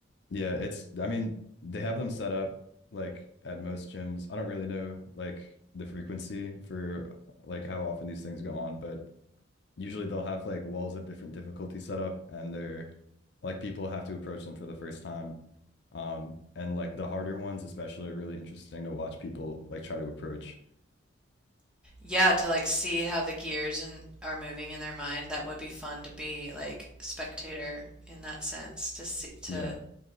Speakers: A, on the left; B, in the centre.
A: Yeah, it's I mean they have them set up like at most gyms. I don't really know like the frequency for like how often these things go on, but usually they'll have like walls of different difficulty set up and they're like people have to approach them for the first time. Um, and like the harder ones especially are really interesting to watch people like try to approach.
B: Yeah, to like see how the gears and are moving in their mind, that would be fun to be like spectator in that sense to see to
A: Yeah.